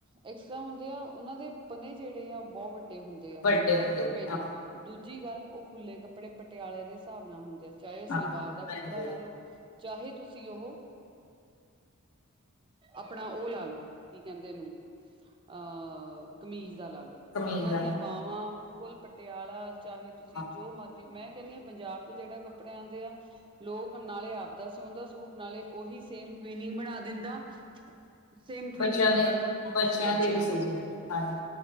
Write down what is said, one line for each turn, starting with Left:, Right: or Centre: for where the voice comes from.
Right: ਐਕਸਟਰਾ ਹੁੰਦੇ ਆ, ਉਹਨਾਂ ਦੇ ਪਨੇ ਜਿਹੜੇ ਆ ਬਹੁਤ ਵੱਡੇ ਹੁੰਦੇ ਆ,
Left: ਵੱਡੇ
Right: ਸਭ
Left: ਹੁੰਦੇ
Right: ਤੋਂ ਪਹਿਲਾਂ
Left: ਹਾਂ
Right: ਦੂਜੀ ਗੱਲ, ਉਹ ਖੁੱਲੇ ਕੱਪੜੇ ਪਟਿਆਲੇ ਦੇ ਹਿਸਾਬ ਨਾਲ ਹੁੰਦੇ ਆ, ਚਾਹੇ ਉਹ
Left: ਹਾਂ
Right: ਸਲਵਾਰ
Left: ਹਾਂਜੀ
Right: ਦਾ ਕੱਪੜਾ ਲੈ ਲਓ ਚਾਹੇ ਤੁਸੀਂ ਉਹ, ਆਪਣਾ ਉਹ ਲਾ ਲੋ ਕੀ ਕਹਿੰਦੇ ਇਹਨੂੰ, ਅਹ ਕਮੀਜ਼ ਦਾ ਲਾ ਲੋੋ,
Left: ਕਮੀਜ਼
Right: ਇਹਨਾਂ
Left: ਵਾਲੇ
Right: ਦੀਆਂ ਬਾਵਾਂ ਫੁੱਲ ਪਟਿਆਲਾ ਚਾਹੇ ਤੁਸੀਂ
Left: ਹਾਂ
Right: ਜੋ ਮਰਜੀ, ਮੈਂ ਕਹਿੰਦੀ ਆ ਪੰਜਾਬ ਤੋਂ ਜਿਹੜਾ ਕੱਪੜੇ ਆਉਂਦੇ ਆ। ਲੋਕ ਨਾਲੇ ਆਪਦਾ ਸਿਉਂਦਾ ਸੂਟ ਨਾਲੇ ਉਹੀ ਸੇਮ ਟਵਨਿੰਗ ਬਣਾ ਦਿੰਦਾ ਸੇਮ ਟ੍ਰੀਨਿੰਗ
Left: ਬੱਚਿਆਂ
Right: ਬਣਾਂਦਾ
Left: ਦੇ
Right: ਬੱਚਿਆਂ
Left: ਵੀ
Right: ਦੇ
Left: ਸੀ ਹਾਂਜੀ